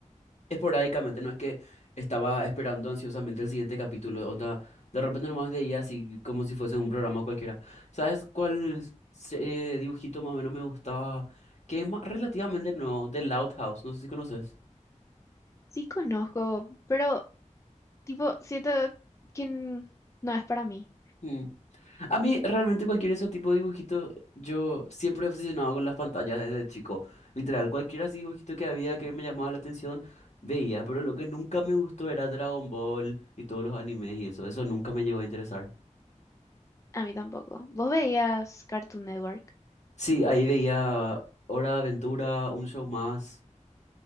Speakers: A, on the left; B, on the left.
A: esporádicamente, no es que estaba esperando ansiosamente el siguiente capítulo, onda, de repente nomás veía así como si fuese un programa cualquiera. ¿Sabes cuál se- eh, dibujito más o menos me gustaba? Que es ma- relativamente nuevo, The Loud House, no sé si conoces.
B: Sí conozco, pero tipo, siento que n- no es para mí.
A: Mm. A mí realmente cualquier de esos tipos de dibujitos, yo siempre he obsesionado con las pantallas desde chico. Literal, cualquier así dibujito que había que me llamaba la atención, veía, pero lo que nunca me gustó era Dragon Ball y todos los animes y eso, eso nunca me llegó a interesar.
B: A mí tampoco. ¿Vos veías Cartoon Network?
A: Sí, ahí veía Hora de Aventura, un show más.